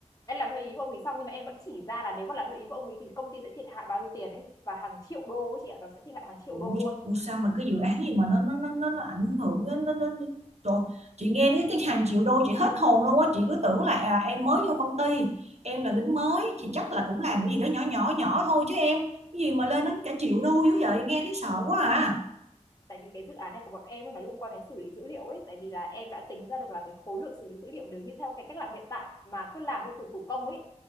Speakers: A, on the left; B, on the right.
A: em làm theo ý của ông ý xong nhưng mà em vẫn chỉ ra là nếu mà làm theo ý của ông ý thì công ty sẽ thiệt hại bao nhiêu tiền ấy và hàng triệu đô ấy chị ạ nó sẽ thiệt hại hàng triệu
B: ủa,
A: đô luôn
B: ủa sao mà cái dự án gì mà nó nó nó nó, nó ảnh hưởng đến nó, nó, nó trời chị nghe đến cái hàng triệu đô chị hết hồn luôn á chị cứ tưởng là à, em mới vô công ty em là lính mới thì chắc là cũng làm cái gì đó nhỏ nhỏ nhỏ thôi chứ em cái gì mà lên đến cả triệu đô dữ vậy nghe thấy sợ quá à
A: tại vì cái dự án này của bọn em ấy, nó liên quan đến xử lý dữ liệu ấy tại vì là em đã tính ra được là cái khối lượng xử lý dữ liệu nếu như theo cái cách làm hiện tại mà cứ làm theo kiểu thủ công ấy